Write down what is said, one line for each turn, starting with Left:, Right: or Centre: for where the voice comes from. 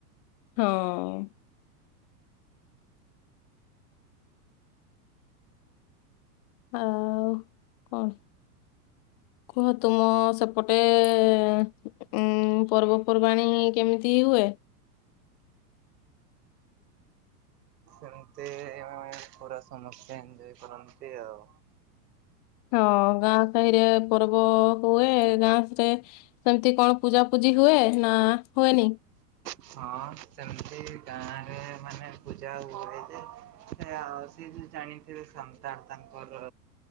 Left: ହଁ। ଆଉ କଣ? କୁହ ତୁମ ସେପଟେ ଉଁ ପର୍ବପର୍ବାଣୀ କେମିତି ହୁଏ?
Right: ଏମିତି ପୁରା ସମସ୍ତେ ଏନଜୟେ କରନ୍ତି ଆଉ।
Left: ହଁ ଗାଁ ସାହିରେ ପର୍ବ ହୁଏ ଗାଁ କୁ ଯାଏ ସେମତି କଣ ପୂଜାପୂଜି ହୁଏ ନା ହୁଏନି?
Right: ହଁ ସେମିତି ଗାଁରେ ମାନେ ପୂଜା ହୁଏ ଯେ ସେ ଆଉ ସେ ଜାଣି ଥିବେ ସନ୍ତାନ ତାଙ୍କର।